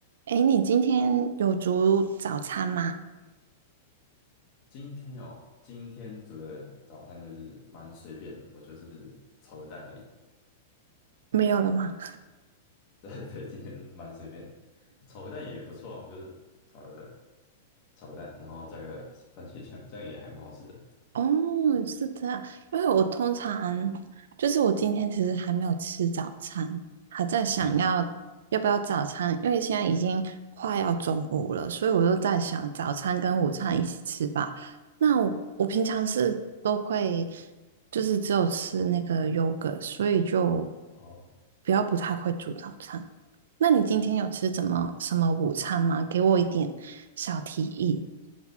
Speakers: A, on the right; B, on the left.
A: 哎，你今天有煮早餐吗？
B: 今天哦，今天煮的早餐就是蛮随便的，我就是炒个蛋而已。
A: 没有了吗？
B: <laughs> 对对，今天蛮随便的，炒个蛋也不错啊。我就是炒了炒个蛋，然后加个番茄酱，这样也还蛮好吃的。
A: 哦，是这样，因为我通常就是我今天其实还没有吃早餐，还在想要要不要早餐，
B: 嗯，
A: 因为现在已经快要中午了，所以我就在想早餐跟午餐一起吃吧。那我我平常是都会就是只有吃那个 yogurt，所以就
B: 哦，
A: 比较不太会煮早餐。那你今天有吃怎么什么午餐吗？给我一点小提议